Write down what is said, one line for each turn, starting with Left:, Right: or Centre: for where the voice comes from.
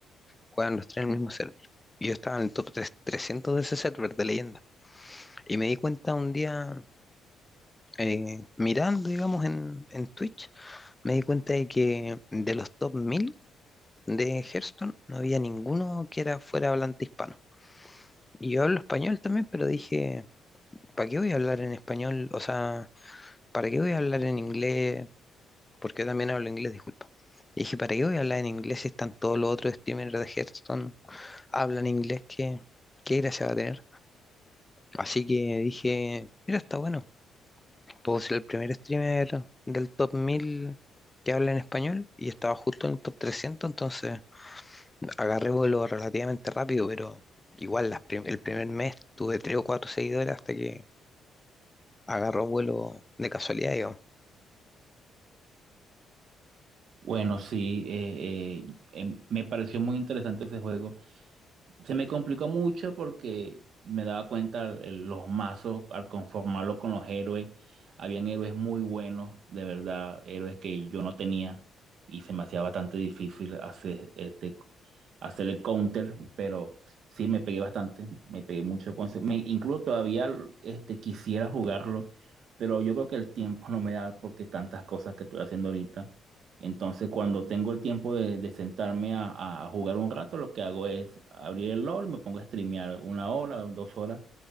Left: juegan los tres en el mismo server. Y Yo estaba en el top tres 300 de ese server de leyenda. Y me di cuenta un día, eh, mirando, digamos, en, en Twitch, me di cuenta de que de los top 1000 de Hearthstone no había ninguno que era fuera hablante hispano. Y yo hablo español también, pero dije, ¿para qué voy a hablar en español? O sea, ¿para qué voy a hablar en inglés? Porque yo también hablo inglés, disculpa. Y dije, ¿para qué voy a hablar en inglés si están todos los otros streamers de Hearthstone hablan inglés? ¿Qué, qué gracia va a tener? Así que dije, mira, está bueno. Puedo ser el primer streamer del top 1000 que habla en español y estaba justo en el top 300, entonces agarré vuelo relativamente rápido, pero igual las prim- el primer mes tuve 3 o 4 seguidores hasta que agarró vuelo de casualidad, digamos.
Right: Bueno, sí, eh, eh, em- me pareció muy interesante ese juego. Se me complicó mucho porque me daba cuenta eh, los mazos al conformarlo con los héroes. Habían héroes muy buenos, de verdad, héroes que yo no tenía y se me hacía bastante difícil hacer este, hacer el counter, pero sí me pegué bastante, me pegué mucho con ese. Me, incluso todavía este, quisiera jugarlo, pero yo creo que el tiempo no me da porque tantas cosas que estoy haciendo ahorita. Entonces, cuando tengo el tiempo de, de sentarme a, a jugar un rato, lo que hago es abrir el LOL y me pongo a streamear una hora o dos horas